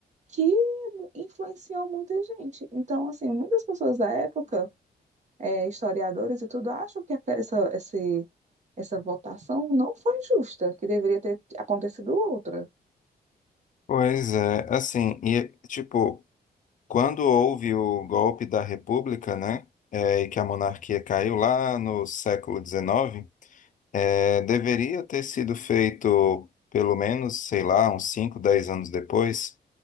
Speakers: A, on the right; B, on the left.
A: que influenciou muita gente. Então, assim, muitas pessoas da época, é, historiadores e tudo, acham que aqua- essa, esse, essa votação não foi justa, que deveria ter acontecido outra.
B: Pois é, assim, e tipo, Quando houve o golpe da República, né, é, e que a monarquia caiu lá no século XIX, é, deveria ter sido feito, pelo menos, sei lá, uns 5, 10 anos depois